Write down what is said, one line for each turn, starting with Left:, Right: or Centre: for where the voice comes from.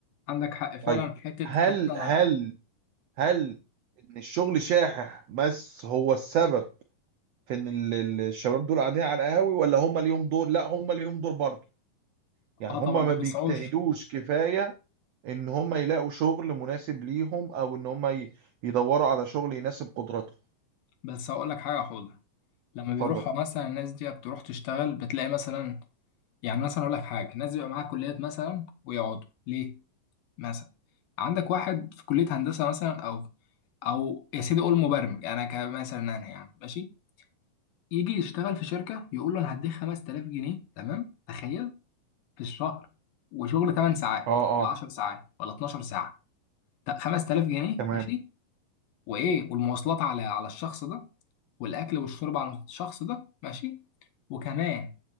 Left: عندك حق فعلا
Right: طيب
Left: في حته
Right: هل
Left: حتى
Right: هل هل إن الشغل شاحح بس هو السبب في إن ال- ال- الشباب دول قاعدين على القهاوي ولا هم ليهم دور؟ لا هم ليهم دور برضه يعني
Left: اه
Right: هم
Left: طبعا
Right: ما
Left: ما
Right: بيجتهدوش
Left: بيسعوش
Right: كفاية إن هم يلاقوا شغل مناسب ليهم أو إن هم ي- يدوروا على شغل يناسب قدراتهم
Left: بس هقول لك حاجه حوله لما بيروحوا
Right: اتفضل
Left: مثلا الناس دي بتروح تشتغل بتلاقي مثلا يعني مثلا اقول لك حاجه ناس بيبقى معاها كليات مثلا ويقعدوا ليه مثلا عندك واحد في كلية هندسة مثلا أو أو يا سيدي قول مبرمج أنا كمثلا أنا يعني ماشي يجي يشتغل في شركة يقول له أنا هديك 5000 جنيه تمام تخيل في الشهر وشغل 8 ساعات
Right: اه
Left: ولا
Right: اه
Left: 10 ساعات ولا 12 ساعة ت- 5000 جنيه
Right: تمام
Left: ماشي وإيه والمواصلات على على الشخص ده والأكل والشرب على الشخص ده ماشي وكمان